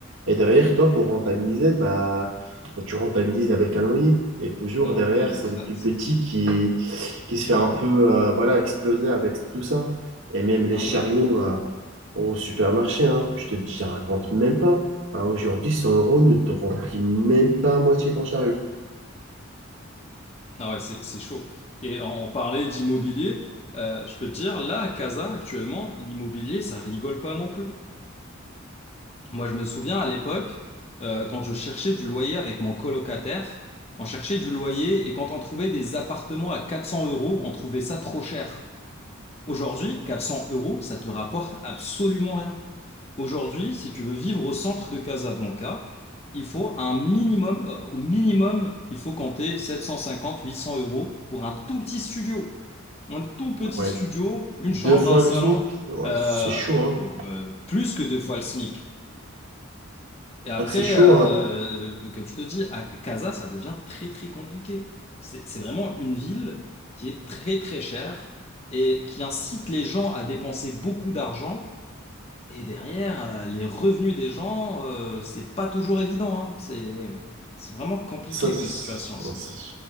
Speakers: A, on the right (about 65°); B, on the left (about 30°).
A: Et derrière, toi, pour rentabiliser, bah, bah, tu rentabilises avec un loyer. Et toujours
B: Ah
A: derrière,
B: ouais,
A: c'est
B: ça,
A: le plus
B: ça-
A: petit qui, qui se fait un peu euh, voilà, exploser avec tout ça. Et même les
B: ah
A: chariots,
B: ouais,
A: euh, au supermarché, hein, je te dis, je te raconte même pas. Hein, aujourd'hui, 100 euros ne te remplit même pas à moitié ton chariot.
B: ah ouais, c'est c'est chaud. Et on, on parlait d'immobilier, euh, je peux te dire, là, à Casa, actuellement, l'immobilier, ça rigole pas non plus. Moi, je me souviens à l'époque, euh, quand je cherchais du loyer avec mon colocataire, on cherchait du loyer et quand on trouvait des appartements à 400 euros, on trouvait ça trop cher. Aujourd'hui, 400 euros, ça te rapporte absolument rien. Aujourd'hui, si tu veux vivre au centre de Casablanca, il faut un minimum, euh, au minimum, il faut compter 750-800 euros pour un tout petit studio. Un tout petit
A: Ouais,
B: studio, une
A: deux
B: chambre,
A: fois
B: un salon,
A: le SMIC. Ouais,
B: euh,
A: c'est chaud, hein.
B: euh, plus que deux fois le SMIC. Et après,
A: Ah, c'est chaud,
B: euh,
A: hein.
B: comme je te dis, à Casa, ça devient très très compliqué. C'est c'est vraiment une ville qui est très très chère et qui incite les gens à dépenser beaucoup d'argent. Et derrière, euh, les revenus des gens, euh, c'est pas toujours évident. hein. C'est c'est vraiment compliqué
A: Ça, ça-
B: comme situation, ça.
A: ça-